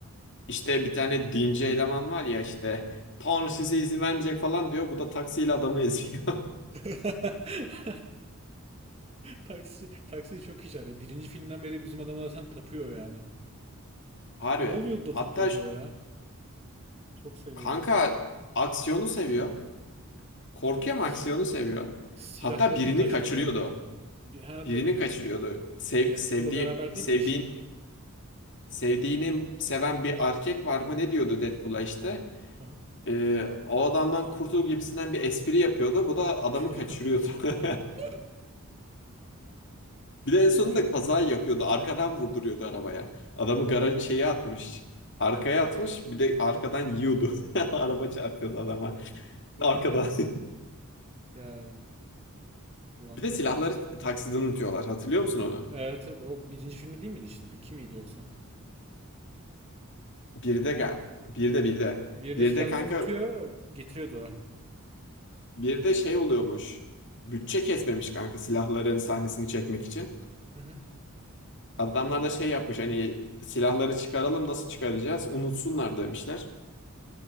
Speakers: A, on the left (about 55°); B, on the right (about 30°).
A: İşte bir tane dinci eleman var ya işte. Tanrı size izin vermeyecek falan diyor. Bu da taksiyle adamı eziyor.
B: <laughs> Taksi taksi çok iyi çağırıyor. Birinci filmden beri bizim adamı zaten tapıyor yani.
A: <laughs> Harbi.
B: Ne oluyordu da
A: Hatta
B: tapıyordu
A: ş-
B: o ya? Çok seviyordu.
A: kanka aksiyonu seviyor. Korkuyor
B: Olabilir.
A: ama aksiyonu seviyor.
B: Silahlarını
A: Hatta birini
B: taşıyordu
A: kaçırıyordu.
B: galiba. Bir, ha
A: Birini
B: da-
A: kaçırıyordu. Sev,
B: Deadpool'la
A: sevdiği
B: beraber değil
A: sevdiğini
B: miydi işte?
A: sevdiğini seven bir erkek var mı ne diyordu Deadpool'a işte.
B: Aha.
A: Ee, o adamdan kurtul gibisinden bir espri yapıyordu. Bu da adamı
B: <laughs>
A: kaçırıyordu. <laughs> Bir de en
B: Oğlum
A: sonunda
B: çok
A: kaza yapıyordu. Arkadan vurduruyordu arabaya. Adamı gara şeye atmış. Arkaya atmış. Bir de arkadan yiyordu. <laughs> Araba çarpıyordu adama. Arkadan.
B: ya
A: <laughs>
B: ulan
A: Bir de
B: çok
A: silahları taksiden unutuyorlar. Hatırlıyor musun onu?
B: evet, evet, o birinci filmi değil miydi işte? Bir- İki miydi yoksa?
A: Bir de ga- bir de bir de.
B: Bir
A: Bir
B: de silahları
A: de kanka
B: unutuyor, getiriyordu o.
A: Bir de şey oluyormuş. Bütçe kesmemiş kanka silahların sahnesini çekmek için.
B: Hı hı.
A: Adamlar da şey yapmış hani silahları çıkaralım nasıl çıkaracağız? Unutsunlar demişler.